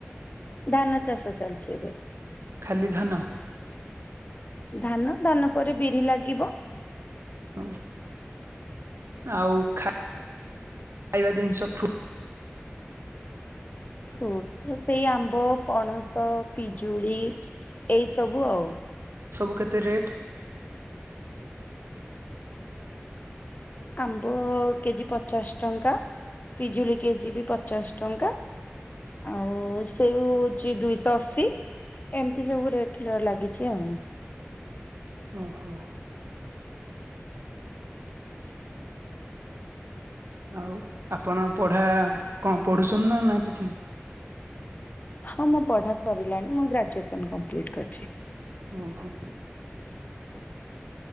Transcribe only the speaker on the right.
ଖାଲି ଧାନ?
ହଁ। ଆଉ ଖା ଖାଇବା ଜିନିଷ ଫ୍ରୁ
ସବୁ କେତେ ରେଟ୍?
ଓ ହୋ। ଆଉ ଆପଣଙ୍କ ପଢା, କଣ ପଢୁଛନ୍ତି ନା ନା କିଛି ନା
ଓ ହୋ।